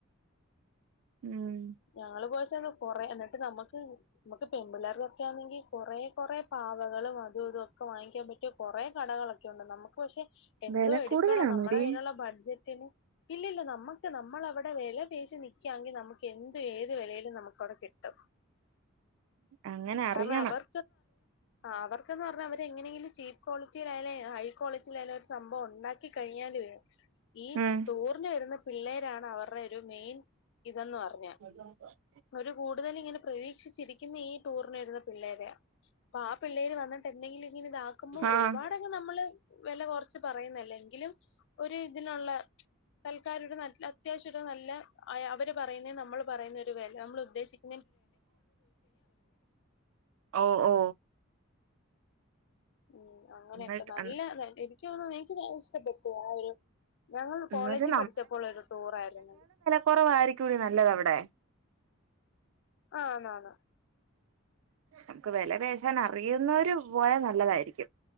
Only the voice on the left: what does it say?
ഞാള് പോച്ച കൊറെ എന്നിട്ട് നമ്മക്ക് നമുക്ക് പെൺമ്പുലേർ തൊക്കെ ആണെങ്കിൽ കുറ കുറെ പാവകളും അതും ഇതും ഒക്കെ വാങ്ങിക്കാൻ പറ്റും മറ്റ കുറെേ കടകളൊക്കെ ഉണ്ട് നമുക്ക് പക്ഷെ എന്തോ
എടുക്കണം
നമ്മുടെ കയ്യിലുള്ള ബഡ്ജറ്റ് ഇല്ലല്ല നമ്മുക്ക് നമ്മൾവിടെ വില പേശി നിക്കയാെങ്കി നമുക്ക് എന്ത് ഏത് നിലൽ നമുക്കവിടെ കിട്ടും
കാരണം അവർ അവർക്കന്ന് പറഞ്ഞ അവര് എങ്ങനെങ്കിലും ചീപ്പ് ക്വാളിറ്റിയിലായാല ഹ കോളേജിൽ ആയാലും ഒരു സംഭവം ഉണ്ടാക്കി കഴിഞ്ഞാല് ഈ
ടൂറിന് വരുന്ന പിള്ളേരാണ് അവരുടെ ഒരു മെയിൻ ഇതെന്ന് പറഞ്ഞു
അവര് കൂടുതൽ ഇങ്ങനെ പ്രതീക്ഷിച്ചിരിക്കുന്ന ഈ ടൂറിന് വരുന്നന്ന പിള്ളേര അപ്പ ആ പിള്ളേര് വന്നിട്ട്ന്തെങ്കില ഇങ്ങനെ ഇതാക്കുമ്പോ
ഒരുപാട് നമ്മള് വില കുറച്ച് പറയുന്നല്ലേ ഒരു ഇതിനുള്ള തൽക്കാലഒരു നട്ട അത്യാവശ്യ നല്ല അവര് പറയുന്ന നമ്മൾ പറയുന്ന ഒരു വില നമ്മൾ ഉദ്ദേശിക്ക
ഉം അങ്ങനെയൊക്കെ
നല്ല എനിക്ക് തോന്ന എനിക്ക് ഇഷ്ടപ്പെട്ടു ആ ഒരു ഞങ്ങൾ
കോളേജിൽ
പഠിച്ചപ്പോൾ ഒരു ടൂർ ആയിരുന്നു
ആ ന്നാന്ന്